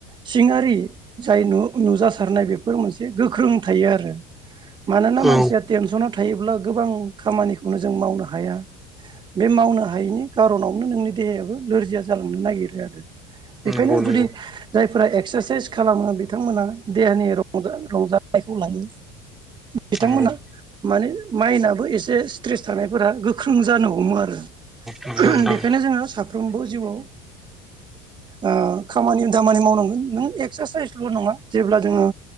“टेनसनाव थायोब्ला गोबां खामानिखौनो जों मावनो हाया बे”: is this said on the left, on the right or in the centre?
Right